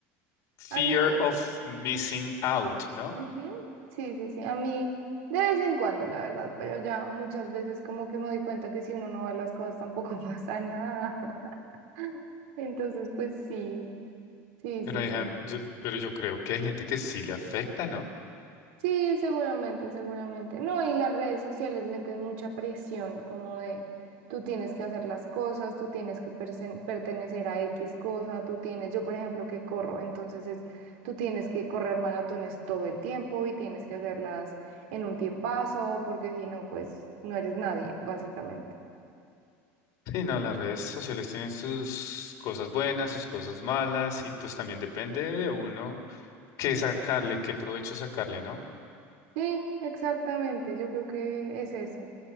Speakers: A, on the left; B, on the right.
A: Fear
B: A mí,
A: of missing out, ¿no?
B: Ujú, Sí, sí, sí. A mí de vez en cuando, la verdad, pero ya muchas veces como que me doy cuenta que si uno no va a las cosas tampoco <laughs> pasa nada. <laughs> Entonces, pues sí, sí,
A: Pero
B: sí,
A: hay,
B: sí.
A: gen- yo, pero yo creo que hay gente que sí le afecta, ¿no?
B: Sí, seguramente, seguramente. No, y las redes sociales meten mucha presión, como de tú tienes que hacer las cosas, tú tienes que persen- pertenecer a X cosa, tú tienes, yo por ejemplo que corro, entonces es, tú tienes que correr maratones todo el tiempo y tienes que hacerlas en un tiempazo, porque si no, pues no eres nadie, básicamente.
A: <laughs> Sí, no, las redes sociales tienen sus cosas buenas, sus cosas malas, y pues también depende de uno qué sacarle, qué provecho sacarle, ¿no?
B: Sí, exactamente, yo creo que es eso.